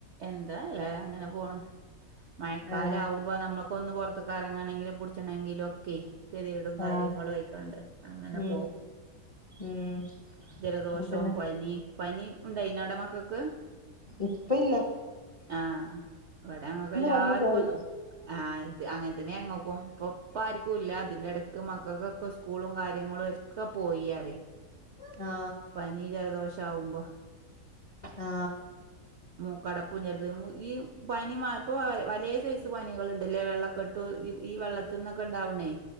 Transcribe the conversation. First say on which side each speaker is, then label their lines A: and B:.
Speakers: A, on the right; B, on the left.
A: എന്താല്ല അങ്ങനെ പോണ് മയക്കാലാവും
B: ആഹ്
A: പ്പൊ നമ്മക്കൊന്ന് പൊർത്ത്ക്കെറങ്ങണെങ്കില് പുടിച് ച്ചണെങ്കിലൊക്കെ കെത്യേടും കാര്യങ്ങളും
B: ആഹ്
A: ആയിക്കാണ്ട് അങ്ങനെ
B: ഉം
A: പോം
B: ഉം
A: ജലദോഷവും
B: അങ്ങൻത്തന്നെ
A: പനീം പനിണ്ടായിന്നൊ അവടെ മക്കക്ക്
B: ഇപ്പല്ല
A: ആ ഇവടെ ഞങ്ങക്കെല്ലാര്ക്കും
B: വന്നു പോയി
A: ആ അങ്ങൻത്തെന്നെ അങ്ങക്കും ഇപ്പൊ ഇപ്പാര്ക്കുംല്ല തിന്റെ എടക്ക് മക്കക്കൊക്കെ സ്കൂളും കാര്യങ്ങളും ഒക്കെ പോയിയറെ
B: ആ
A: പനി ജലദോഷ ആവുമ്പോ
B: ആ
A: മൂക്കടപ്പും ജലത് ഈ പനി മറപ്പോ വലിയ സൈസ് പനികളു ണ്ടല്ലേ വെള്ളക്കെട്ട ട്ടോ ഈ വെള്ളത്തിന്നൊക്കെ ഉണ്ടാവണേ